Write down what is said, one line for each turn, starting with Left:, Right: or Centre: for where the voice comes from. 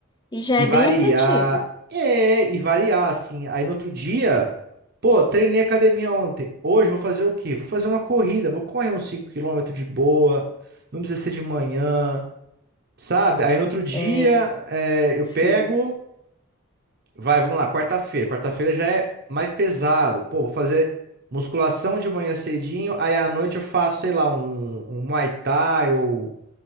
Left: E já
Right: E
Left: é
Right: variar.
Left: bem efetivo.
Right: É, e variar, assim. Aí no outro dia, pô, treinei academia ontem. Hoje eu vou fazer o quê? Vou fazer uma corrida, vou correr uns 5 quilômetros de boa. Não precisa ser de manhã, sabe? Aí no outro dia,
Left: É,
Right: é, eu
Left: sim.
Right: pego. Vai, vamos lá, quarta-feira. Quarta-feira já é mais pesado. Pô, vou fazer musculação de manhã cedinho. Aí à noite eu faço, sei lá, um, um Muay Thai ou